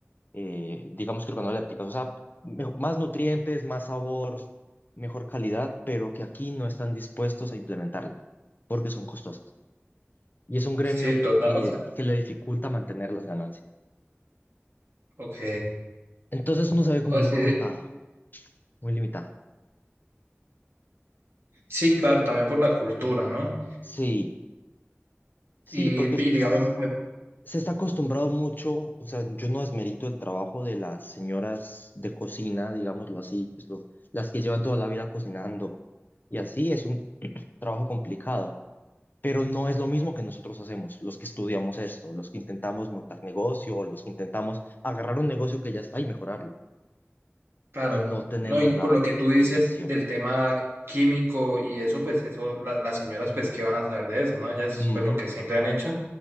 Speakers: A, on the left; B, on the right.
A: eh, digamos que organolépticas, o sea, mejo- más nutrientes, más sabor, mejor calidad, pero que aquí no están dispuestos a implementarlo porque son costosas. Y es un gremio
B: sí, total,
A: que,
B: o sea,
A: que le dificulta mantener las ganancias.
B: ok.
A: Entonces uno se ve como
B: O
A: muy
B: sea,
A: cortado, muy limitado.
B: sí, claro, también por la cultura, ¿no?
A: Sí, sí,
B: Y,
A: porque
B: y
A: es- es-
B: digamos,
A: se está acostumbrado mucho, o sea, yo no desmerito el trabajo de las señoras de cocina, digámoslo así, es lo- las que llevan toda la vida cocinando y así es un trabajo complicado, pero no es lo mismo que nosotros hacemos, los que estudiamos esto, los que intentamos montar negocio, los que intentamos agarrar un negocio que ya está y mejorarlo
B: Claro,
A: y no tenemos
B: no, y
A: la,
B: por lo que tú dices
A: la inversión.
B: del tema químico y eso, pues eso, las, las señoras, pues, ¿qué van a saber de eso, no? Ellas,
A: Ujú,
B: pues, lo que siempre han hecho,